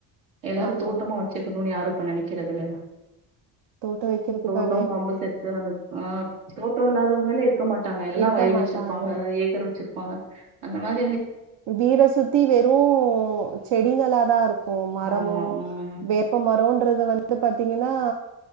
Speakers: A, on the right; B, on the right.
A: எல்லாரு
B: ஆமா.
A: தோட்டமா வச்சிருக்கணுன்னு யாரு இப்ப நெனைக்கிறது இல்லைலா
B: தோட்டோ வைக்கிறதுக்கா
A: டோ பம்பு செட்டு அந்த ஆ தோட்டோ இல்லாதவங்களே இருக்க மாட்டாங்க எல்லா
B: இருக்க
A: வயல்
B: மாட்டாங்க
A: வச்சிருப்பாங்க ஏக்கர் வச்சிரு ப்பாங்க அந்த மாரி
B: ம் வீட சுத்தி வெறூ செடிங்களாதா இருக்கு மரமோ
A: ஆமா உம்
B: வேப்ப மரோன்றது வந்து பாத் தீங்கன்னா